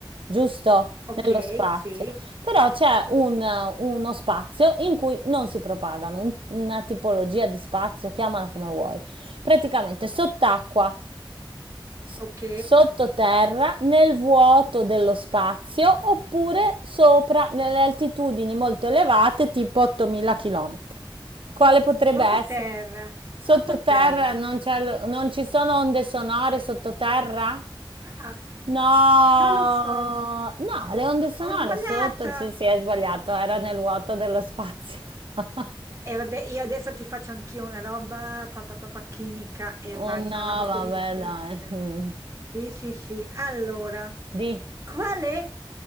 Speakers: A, on the right; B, on the right.
A: giusto,
B: Ok,
A: nello spazio,
B: sì,
A: però c'è un uno spazio in cui non si propagano, un una tipologia di spazio, chiamala come vuoi. Praticamente sott'acqua, s
B: ok.
A: sottoterra, nel vuoto dello spazio, oppure sopra nelle altitudini molto elevate, tipo 8000 chilometri. Quale potrebbe
B: Sottoterra,
A: essere?
B: sottoterra.
A: Sottoterra non c'è l- non ci sono onde sonore sottoterra?
B: Ah,
A: No,
B: non lo so,
A: no, le onde sonore
B: ho sbagliato.
A: sotto ci si è sbagliato, era nel vuoto dello spazio. <laughs>
B: E vabbè, io adesso ti faccio anch'io una roba papà papà chimica e
A: Oh
B: vai,
A: no,
B: c'è una roba
A: vabbè,
B: così difficile.
A: dai. Mm.
B: Sì, sì, sì. Allora,
A: Di.
B: qual è,